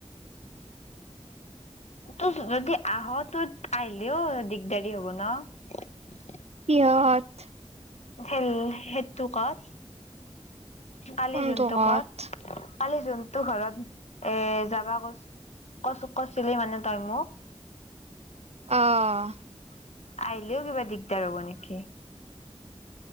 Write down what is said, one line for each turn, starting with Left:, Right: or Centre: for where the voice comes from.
Left: হ <unintelligible> তোৰ যদি আহ তোৰ আহিলেও দিগদাৰি হ'ব ন?
Right: <unintelligible> কিহত
Left: <unintelligible> হেৰি হেইটো কত কালি
Right: কোনটো
Left: যোনটো
Right: ঘৰত
Left: কত ‌ <unintelligible> কালি যোনটো ঘৰত এ যাবা কছ কছ কৈছিলি মানে তই মোক <inaudible>
Right: আহ
Left: <unintelligible> আহিলও কিবা দিগদাৰ হ'ব নেকি